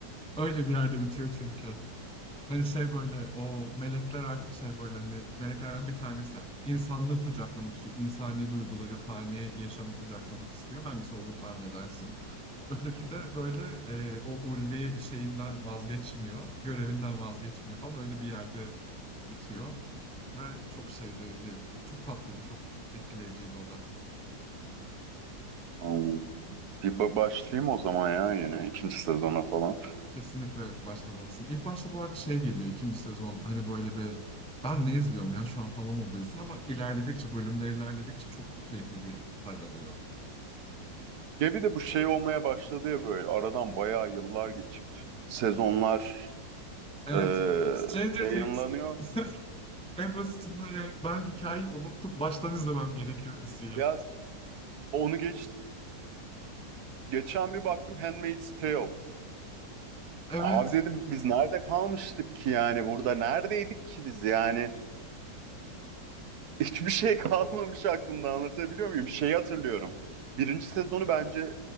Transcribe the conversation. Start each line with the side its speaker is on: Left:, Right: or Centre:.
Centre: Öyle bir yerde bitiyor çünkü. Hani şey böyle o melekler artık şey böyle hani meleklerden bir tanesi insanlığı kucaklamak istiyor. İnsani duyguları, fani yaşamı kucaklamak istiyor. Hangisi olduğunu tahmin edersin. Öteki de böyle e, o ulvi şeyinden vazgeçmiyor. Görevinden vazgeçmiyor falan öyle bir yerde bitiyor. Ve çok şeydi, e, çok tatlıydı, çok etkileyiciydi o da.
Right: Hmm. Bir ba- başlayayım o zaman ya yine ikinci sezona falan.
Centre: Kesinlikle başlamalısın. İlk başta bu arada şey geliyor, ikinci sezon hani böyle bir ben ne izliyorum ya şu an falan oluyorsun ama ilerledikçe, bölümler ilerledikçe çok keyifli bir hal alıyor.
Right: Ya bir de bu şey olmaya başladı ya böyle aradan bayağı yıllar geçip sezonlar
Centre: Evet,
Right: e,
Centre: Stranger
Right: yayınlanıyor.
Centre: Things. <laughs> En basitinden ya ben hikayeyi unuttum, baştan izlemem gerekiyor diziyi.
Right: Ya onu geçtim. Geçen bir baktım Handmaid's Tale.
Centre: Evet,
Right: Abi dedim biz nerede kalmıştık ki yani burada neredeydik ki biz yani hiçbir şey <laughs> kalmamış aklımda anlatabiliyor muyum? Şeyi hatırlıyorum. Birinci sezonu bence